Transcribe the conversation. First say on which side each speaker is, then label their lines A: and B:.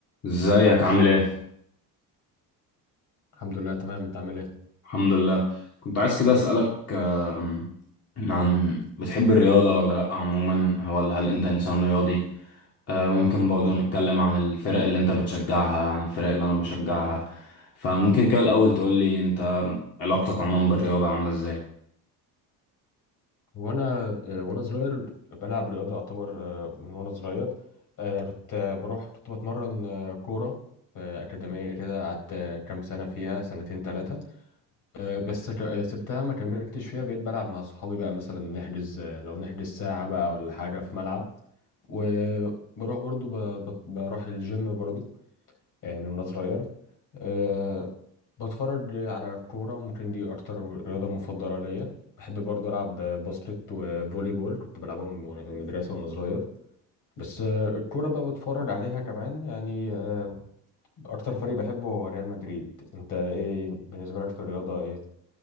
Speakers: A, on the left; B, on the left.
A: ازيك عامل ايه؟
B: الحمد لله تمام انت عامل ايه
A: الحمد لله كنت عايز كده اسألك آم، عن بتحب الرياضة ولا لأ عموما ولا هل انت انسان رياضي؟ آه، ممكن برضو نتكلم عن الفرق اللي انت بتشجعها عن الفرق اللي انا بشجعها فممكن كده الأول تقولي انت علاقتك عموما بالرياضة عاملة ازاي؟
B: وانا آه، وانا صغير بلعب رياضه يعتبر آه، من وانا صغير آه، كنت آه، بروح كنت بتمرن آه، كوره في اكاديميه كده قعدت آه، كام سنه فيها سنتين ثلاثه بس ك- آه، سبتها ما كملتش فيها بقيت بلعب مع صحابي بقى مثلا نحجز آه، لو نحجز ساعه بقى ولا حاجه في ملعب وبروح برضو ب- بت- بروح الجيم برضو آه، من وانا صغير أه بتفرج على الكورة ممكن دي أكتر رياضة مفضلة ليا بحب برضه ألعب باسكت وفولي بول كنت بلعبهم وأنا في المدرسة وأنا صغير بس آه، الكورة بقى بتفرج عليها كمان يعني آه، أكتر فريق بحبه هو ريال مدريد أنت إيه بالنسبة لك في الرياضة إيه؟